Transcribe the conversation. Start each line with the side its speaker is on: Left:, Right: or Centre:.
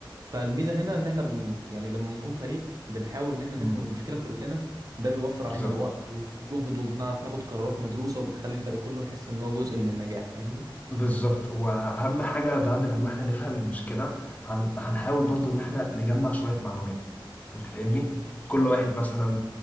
Right: فالميزه هنا ان احنا بن يعني لما بنكون فريق بنحاول ان احنا
Left: مم.
Right: نفهم المشكله كلنا ده بيوفر
Left: بالظبط
Right: علينا وقت وجهد وبنعرف ناخد قرارات مدروسه وبتخلي الفريق كله يحس ان هو جزء من النجاح فاهمني
Left: بالظبط واهم حاجه بعد لما احنا نفهم المشكله هن... هنحاول برضو ان احنا نجمع شويه معلومات انت فاهمني
Right: امم
Left: كل واحد مثلا